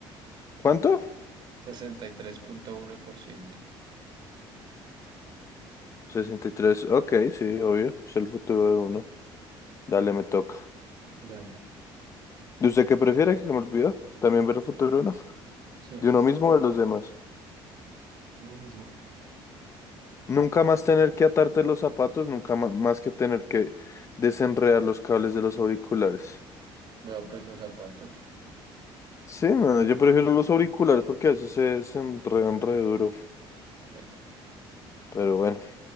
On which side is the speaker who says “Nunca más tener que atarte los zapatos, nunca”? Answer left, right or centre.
Left